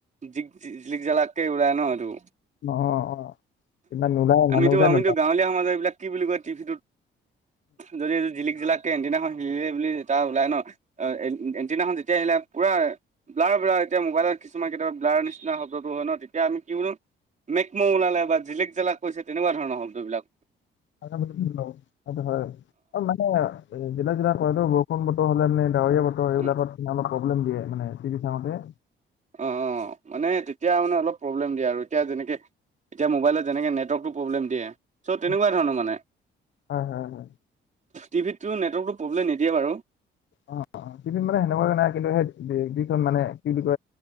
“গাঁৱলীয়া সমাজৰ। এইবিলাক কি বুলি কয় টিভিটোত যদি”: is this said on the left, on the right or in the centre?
Right